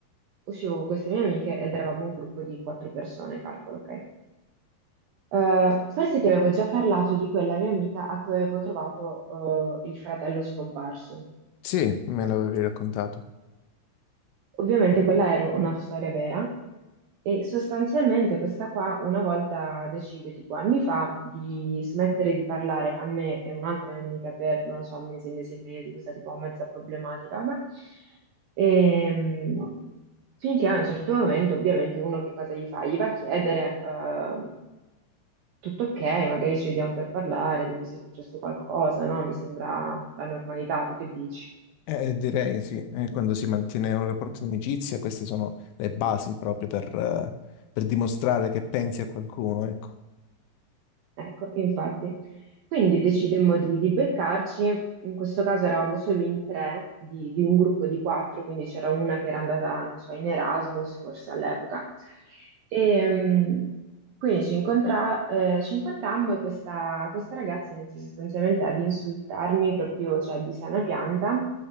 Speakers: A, on the right; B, on the left.
A: uscivo con queste mie amiche ed eravamo un gruppo di quattro persone, calcolo, ok? Eh, forse ti avevo già parlato di quella mia amica a cui avevo trovato eh, il fratello scomparso.
B: Sì, me l'avevi raccontato.
A: Ovviamente quella era una storia vera e sostanzialmente questa qua una volta decide, tipo anni fa, di smettere di parlare a me e un'altra mia amica per, non lo so, mesi e mesi e mesi, questa tipo mezza problematica, vabbè. Ehm, finché a un certo momento, ovviamente, uno che cosa gli fa? Gli va a chiedere, ehm, tutto ok, magari ci vediamo per parlare, dimmi se è successo qualcosa, no? Mi sembra la normalità, tu che dici?
B: Eh, direi sì, Eh, quando si mantiene un rapporto di amicizia, queste sono le basi proprio per, eh, per dimostrare che pensi a qualcuno, ecco.
A: Ecco, infatti. Quindi decidemmo di, di beccarci, in questo caso eravamo solo in tre di, di un gruppo di quattro, quindi c'era una che era andata, non so, in Erasmus forse all'epoca. E, mh, quindi ci incontra- eh, ci incontrammo e questa, questa ragazza iniziò sostanzialmente ad insultarmi proprio, cioè di sana pianta,